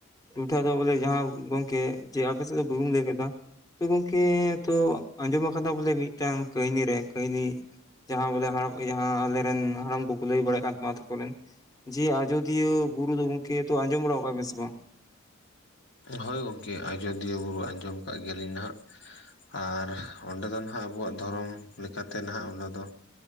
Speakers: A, on the left (about 20°); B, on the left (about 55°).
A: ᱴᱚᱴᱷᱟ ᱫᱚ ᱵᱚᱞᱮ ᱡᱟᱦᱟᱸ ᱜᱚᱝᱠᱮ ᱡᱮ ᱟᱯᱮ ᱥᱮᱫ ᱫᱚ ᱵᱩᱨᱩᱢ ᱞᱮᱵᱮᱫᱟ ᱛᱚ ᱜᱚᱝᱠᱮ ᱛᱚ ᱟᱸᱡᱚᱢ ᱟᱠᱟᱫᱟ ᱵᱚᱞᱮ ᱢᱤᱫᱴᱟᱝ ᱠᱟᱹᱭᱱᱤ ᱨᱮ ᱠᱟᱹᱭᱱᱤ ᱡᱟᱦᱟᱸ ᱵᱚᱞᱮ ᱦᱟᱲᱟᱢ ᱡᱟᱦᱟᱸ ᱟᱞᱮᱨᱮᱱ ᱦᱟᱲᱟᱢ ᱠᱩ ᱞᱟᱹᱭ ᱵᱟᱲᱟ ᱟᱠᱟᱛ ᱠᱚᱣᱟ ᱞᱮ ᱠᱚᱨᱮᱱ ᱡᱮ ᱟᱡᱚᱫᱤᱭᱟᱹ ᱵᱩᱨᱩ ᱫᱚ ᱜᱚᱢᱠᱮ ᱛᱚ ᱟᱸᱡᱚᱢ ᱵᱟᱲᱟᱣᱟᱠᱟᱫ ᱟᱵᱮᱱ ᱥᱮ ᱵᱟᱝ
B: ᱦᱚᱭ ᱜᱚᱝᱠᱮ ᱟᱡᱚᱫᱤᱭᱟᱹ ᱵᱩᱨᱩ ᱟᱸᱡᱚᱢ ᱟᱠᱟᱫ ᱜᱮᱭᱟᱞᱤᱧ ᱱᱟᱦᱟᱜ ᱟᱨ ᱚᱸᱰᱮ ᱫᱚ ᱱᱟᱦᱟᱜ ᱟᱵᱚᱣᱟᱜ ᱫᱷᱚᱨᱚᱢ ᱞᱮᱠᱟᱛᱮ ᱱᱟᱦᱟᱜ ᱚᱱᱟ ᱫᱚ